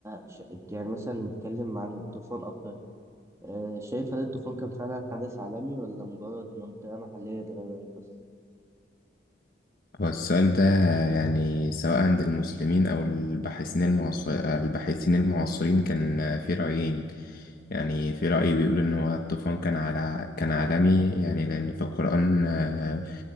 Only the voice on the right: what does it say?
ش... يعني مثلا نتكلم عن الطوفان أكتر آه شايف هل الطوفان كان فعلا حدث عالمي ولا مجرد منطقة محلية اتغيرت بس؟